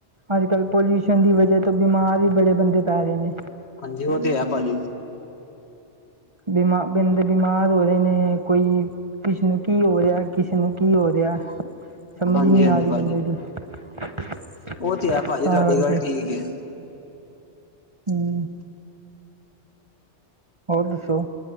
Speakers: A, on the right; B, on the left.
A: ਅੱਜ ਕੱਲ ਪੋਲਿਊਸ਼ਨ ਦੀ ਵਜ੍ਹਾ ਬਿਮਾਰ ਹੀ ਬੜੇ ਬੰਦੇ ਪੈ ਰਹੇ ਨੇ।
B: ਹਾਂਜੀ। ਉਹ ਤੇ ਹੈ ਭਾਜੀ।
A: ਬਿਮਾਰ ਬੰਦੇ ਬਿਮਾਰ ਹੋਏ ਨੇ ਕੋਈ ਕਿਸੇ ਨੂੰ ਕੀ ਹੋ ਰਿਹਾ, ਕਿਸੇ ਨੂੰ ਕੀ ਹੋ ਰਿਹਾ, ਸਮਝ
B: ਹਾਂਜੀ
A: ਨਹੀਂ
B: ਹਾਂਜੀ
A: ਆਰੀ
B: ਭਾਜੀ।
A: ਬੰਦੇ ਦੀ। <unintelligible>
B: ਉਹ ਤੇ ਆ ਭਾਜੀ
A: ਤਾਂ
B: ਤੁਹਾਡੀ
A: ਕਰਕੇ
B: ਗੱਲ ਠੀਕ ਹੇ। <unintelligible>
A: ਹਮ ਹੋਰ ਦੱਸੋ,